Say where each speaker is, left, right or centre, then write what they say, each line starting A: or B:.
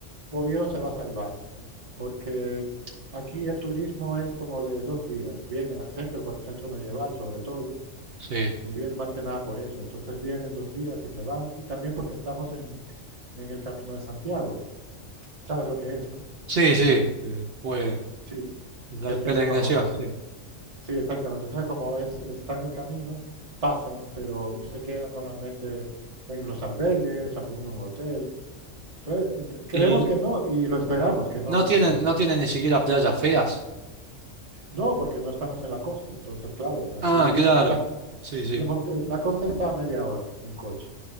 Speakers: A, on the right; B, on the right.
A: Oviedo se va a salvar, porque aquí el turismo es como de dos días. Vienen al centro, por el centro medieval sobre todo,
B: Sí.
A: eh, vienen más que nada por eso. Entonces vienen dos días y se van, y también porque estamos en, en el Camino de Santiago. ¿Sabes lo que es, no?
B: Sí, sí. eh, fue
A: Sí,
B: la
A: se ha
B: peregrinación,
A: hecho muy famoso, sí.
B: sí.
A: Sí, exactamente. Entonces, como es, está en el camino, pasan, pero se quedan normalmente en los albergues, algún hotel. Entonces, eh, creemos
B: Y
A: que no y lo esperamos que no,
B: no
A: que
B: tienen,
A: no sea, que
B: no
A: no,
B: tienen ni siquiera playas feas.
A: No, porque no estamos en la costa. Entonces, claro, aquí
B: Ah, claro.
A: monta,
B: Sí, sí.
A: la, monta- la costa está a media hora en coche.